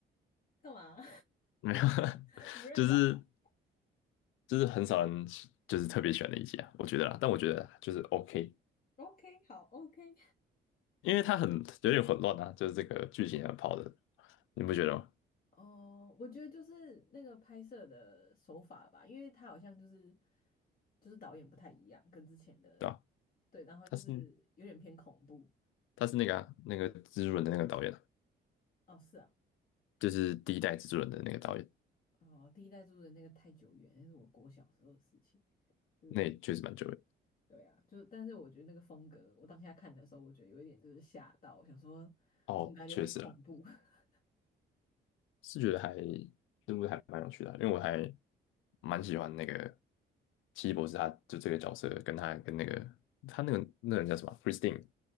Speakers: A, on the left (about 45°); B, on the left (about 85°).
A: 干嘛
B: <laughs> 没有，<laughs>
A: <laughs> 不认同哦？
B: 就是就是很少人就是特别喜欢的一集啊，我觉得啦，但我觉得就是 OK，
A: o k 好，OK。
B: 因为他很有点混乱啊，就是这个剧情啊跑的，你不觉得吗？
A: 哦，我觉得就是那个拍摄的手法吧，因为他好像就是就是导演不太一样，跟之前的
B: 对吧？
A: 对，然后就是有点偏恐怖。
B: 他是他是那个啊，那个蜘蛛人的那个导演啊，
A: 哦，是啊。
B: 就是第一代蜘蛛人的那个导演，
A: 哦，第一代住的那个太久远，那是我国小时候的事情。就是我，
B: 那也确实蛮久的。
A: 对啊，就是，但是我觉得那个风格，我当下看的时候，我觉得有一点就是吓到，我想说
B: 哦，
A: 怎么感觉有点恐怖。
B: 确实了，
A: <laughs>
B: 是觉得还这部还蛮有趣的啊因为我还蛮喜欢那个奇异博士，他就这个角色跟他跟那个他那个那个人叫什么啊 Christine，